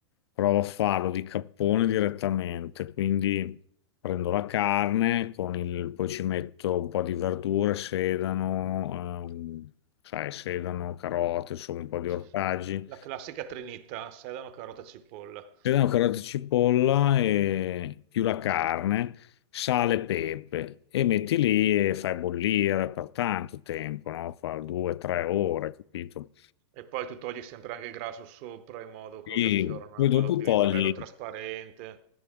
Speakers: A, on the left; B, on the right.
A: provo a farlo di cappone direttamente, quindi prendo la carne, con il- poi ci metto un po' di verdure, sedano, ehm, sai, sedano, carote, insomma un po' di
B: Cioè,
A: ortaggi,
B: la classica trinità, sedano, carota, cipolla.
A: sedano, carote, e cipolla e più la carne, sale e pepe e metti lì e fai bollire per tanto tempo, no? Fa due, tre ore, capito?
B: E poi tu togli sempre anche il grasso sopra in modo quello
A: Sì,
B: che affiorano,
A: poi
B: in
A: dopo
B: modo che diventi
A: togli,
B: bello trasparente.